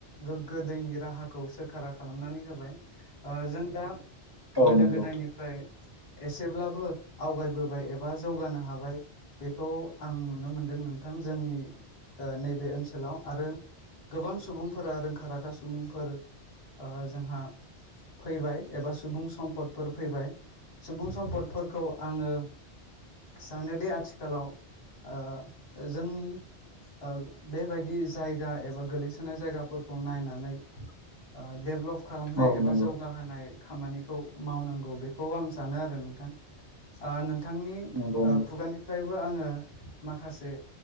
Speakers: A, on the left; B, on the right.
A: गोग्गो दैनि राहाखौ सोरखारा खालामनानै होबाय। ओ जों दा
B: औ
A: गोदो
B: नंगौ
A: गोदायनिफ फ्राय एसेब्लाबो आवगायबोबाय एब बा जौगानो हाबाय बेखौ आं नुनो मोनदों नोंथां जोंनि ओ नैबे ओनसोलाव आरो गोबां सुबुंफोरा रोंखा राखा सुबुंफोर ओ जोंहा फैबाय एबा सुबुं सम्पदफोर फैबाय सुबुं सम्पदफोरखौ आंङो सानोदि आथिखालाव ओ जोंनि ओ बेबायदि जायगा एबा गोलैसोनाय जायगाफोरखौ नायनानै ओ डेभलप खालामनाय
B: औ
A: एबा
B: नंगौ
A: जौगा होनाय खामानिखौ मावनांगौ बेखौ आं सानो आरो नोंथां ओ नों थांनि
B: नंगौ
A: ओ
B: नंगौ
A: खुगानिफ्रायबो आंङो माखासे